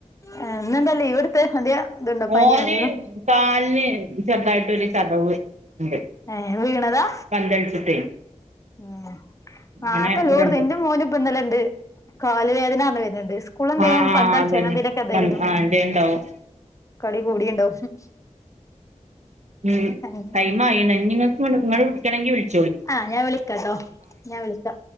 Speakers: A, on the left (about 25°); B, on the right (about 65°).
A: എഹ് ന്നന്തെ ലീവ്ട്‌ത്തെ മടിയ അതിയ തുണ്ടോ
B: മോന്
A: പനിയോ എന്തെലും
B: കാലിന് ചെറുതായിട്ടൊരു ചതവ്ണ്ട്
A: ഏഹ് വീണതാ
B: പന്തളിച്ചിട്ടേ
A: ഉം ആഹ്
B: അങ്ങനെ
A: ഇപ്പൊല്ലോട്ത്തും
B: ഇവിടെണ്ട്
A: ഇന്റെ മോന് ഇപ്പന്നെലെണ്ട് കാല് വേദനാർഞ്ഞ് വെര്ണ്‌ണ്ട് സ്കൂൾല്ന്തെലും
B: ആഹ് ആഹ്
A: പന്തളിച്ച്
B: അതന്നെ
A: അങ്ങനെതിലൊക്കെ ഇതായി വരും
B: ആഹ് എന്തേണ്ടാവും
A: കളി കൂടിണ്ടാവും
B: ഉം
A: അങ്ങനെ
B: ടൈം ആയിണ് ഇനി ഇങ്ങക്ക് ഇങ്ങള് വിളിക്കണെങ്കിൽ വിൾ
A: ആഹ് ഞാൻ വിളിക്കാട്ടോ ഞാൻ വിളിക്കാ